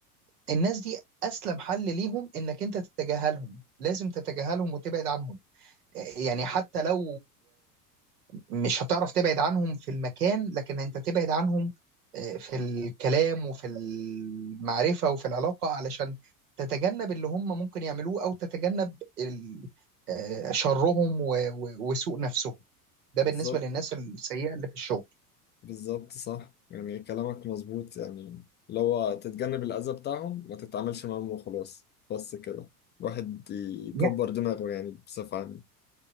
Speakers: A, on the right (about 75°); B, on the left (about 25°).
A: الناس دي اسلم حل ليهم انك انت تتجاهلهم لازم تتجاهلهم وتبعد عنهم يعني حتى لو مش هتعرف تبعد عنهم في المكان لكن انت تبعد عنهم آه، في الكلام وفي المعرفة وفي العلاقة علشان تتجنب اللي هم ممكن يعملوه او تتجنب ال- آه، شرهم و- و- وسوء نفسهم
B: <laughs>
A: ده بالنسبة
B: بالظبط
A: للناس السيئة اللي في الشغل
B: بالظبط صح يعني كلامك مظبوط يعني اللي هو تتجنب الأذى بتاعهم ما تتعاملش معاهم وخلاص بس كده الواحد يكبر
A: يعني
B: دماغه يعني بصفة عامة